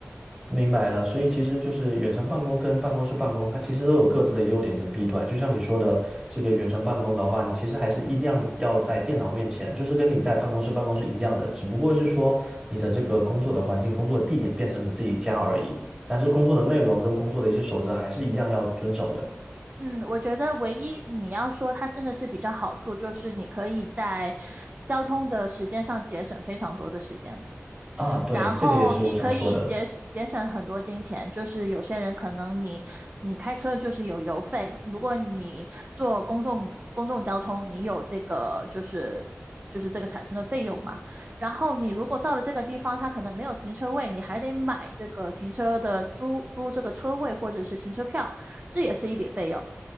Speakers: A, on the right; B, on the right.
A: 明白了。所以其实就是远程办公跟办公室办公，它其实都有各自的优点跟弊端。就像你说的，这个远程办公的话，你其实还是一样要在电脑面前，就是跟你在办公室办公是一样的，只不过是说你的这个工作的环境、工作地点变成你自己家而已，但是工作的内容跟工作的一些守则还是一样要遵守的。
B: 嗯，我觉得唯一你要说它真的是比较好处，就是你可以在交通的时间上节省非常多的时间吧
A: 啊，对，
B: 然后你可以节节省很多金钱，
A: 这个也是我想说的。
B: 就是有些人可能你你开车就是有油费，如果你坐公众公众交通，你有这个就是就是这个产生的费用嘛。然后你如果到了这个地方，它可能没有停车位，你还得买这个停车的租租这个车位或者是停车票，这也是一笔费用。